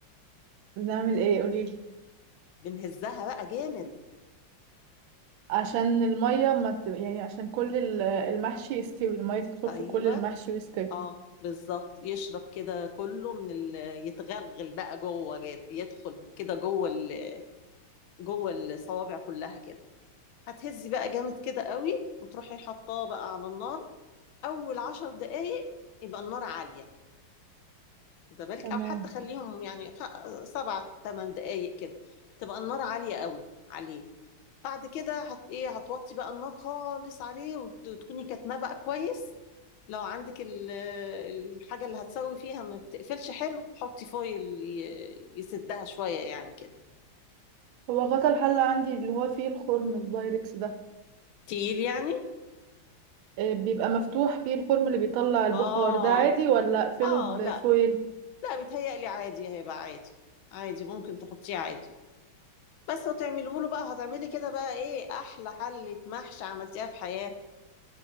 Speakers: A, on the right; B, on the left.
A: بنعمل ايه قولي لي
B: بنهزها بقى جامد
A: عشان المية ما ت... يعني عشان كل ال- المحشي يستوي المية تدخل
B: ايوه
A: في كل المحشي ويستوي
B: اه بالظبط يشرب كده كله من ال... يتغلغل بقى جوه كده، يدخل كده جوه ال... جوه الصوابع كلها كده هتهزي بقى جامد كده قوي وتروحي حطاه بقى على النار اول عشر دقايق يبقى النار عالية ده بالك
A: تمام
B: او حتى خليهم يعني خ- سبع ثمان دقايق كده تبقى النار عالية قوي عليه بعد كده هت ايه هتوطي بقى النار خالص عليه وتكوني كاتماه بقى كويس لو عندك ال- الحاجة اللي هتسوي فيها ما بتقفلش حلو حطي فويل ي- يسدها شوية يعني كده
A: هو غطا الحلة عندي اللي هو فيه الخرم البايركس ده
B: تقيل يعني
A: آه، بيبقى مفتوح فيه الخرم اللي بيطلع البخار
B: اه
A: ده عادي ولا اقفله
B: اه
A: بفويل
B: لا لا بيتهيألي عادي هيبقى عادي عادي ممكن تحطيه عادي بس وتعمله له بقى هتعملي كده بقى ايه احلى حلة محشي عملتيها في حياتك